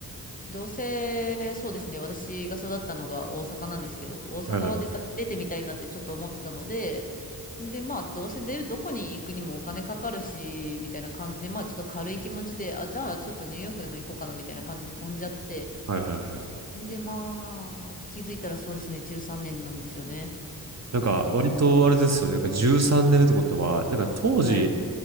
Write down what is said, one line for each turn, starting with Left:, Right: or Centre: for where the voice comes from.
Left: どうせ、そうですね、私が育ったのが大阪なんですけど、大阪は出た、
Right: はいはい。
Left: 出てみたいなってちょっと思ってたので、で、まあ、どうせ出る、どこに行くにもお金かかるし、みたいな感じで、まあ、ちょっと軽い気持ちで、あ、じゃあ、ちょっとニューヨークでも行こうかな、みたいな感じで飛んじゃって、
Right: はいはいはい
Left: で、まあ、気づいたらそうですね、13年なんですよね。
Right: なんか、割とあれですよね。なんか13年目ってことは、なんか当時、
Left: はい。